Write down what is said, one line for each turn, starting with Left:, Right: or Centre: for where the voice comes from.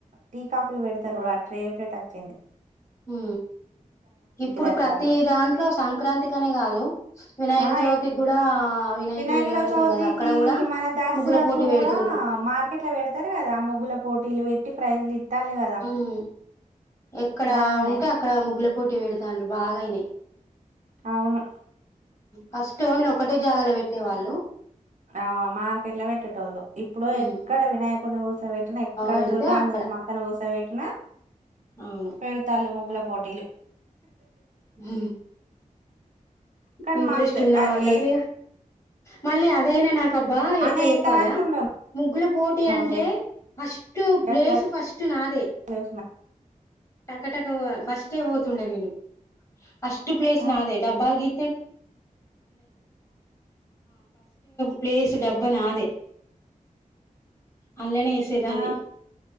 Right: టీ కాఫీలు పెడతారు ఆ ట్రే ప్లేట్ అచ్చింది
Left: హు ఇప్పుడు
Right: దగ్గరలో
Left: ప్రతి దాంట్లో సంక్రాంతి కనే కాదు వినాయక
Right: ఆ
Left: చవితికి
Right: ఎప్
Left: కూడా వినాయకులు
Right: వినాయకుల
Left: నిలబెడతారు
Right: చవితికి
Left: కదా అక్కడ కూడా
Right: మన దసరకు
Left: ముగ్గుల పోటీ పెడుతుండ్రు
Right: కూడా మార్కెట్ ల పెడతారు కదా ఆ ముగ్గుల పోటీలు వెట్టి ఫ్రైజులు ఇత్తాలు కదా
Left: ఉమ్ ఎక్కడ
Right: బాగానే
Left: ఉంటే అక్కడ ముగ్గుల పోటీ పెడుతాళ్ళు బాగాయినాయి
Right: అవును
Left: ఫస్ట్ ఓన్లీ ఒకటే జాగల పెట్టేవాళ్ళు
Right: ఆ మార్కెట్ ల పెట్టేటోళ్ళు ఇప్పుడు
Left: ఉమ్
Right: ఎక్కడ వినాయకుని కూసో వేట్టిన ఎక్కడ
Left: పెడితే
Right: దుర్గాన్ను
Left: అక్కడ
Right: మాతను కూసో పెట్టిన
Left: అవును
Right: పెడతళ్ళు ముగ్గుల పోటీలు
Left: ఉ
Right: కానీ
Left: ఇంట్రెస్ట్
Right: మస్తు
Left: ఉన్న
Right: ఆ
Left: వాళ్ళకిగ
Right: ఏస్
Left: మళ్ళీ అదైనా నాకబ్బా
Right: బానే
Left: ఎట్లా చెప్పాలా
Right: ఏత్తావ్ అనుకుంటాను
Left: ముగ్గుల పోటీ
Right: నువ్వు
Left: అంటే ఫస్టు
Right: స్టేటస్
Left: ప్లేసు
Right: లలో
Left: ఫస్ట్ నాదే
Right: చూసిన
Left: టకా టకా ఫస్ కే పోతుండే నేను ఫస్ట్ ప్లేస్
Right: ఆ
Left: నాదే డబ్బాల్ గి ప్లీస్ డబ్బా నాదే అన్ లోనే ఏసేదాన్ని
Right: ఆ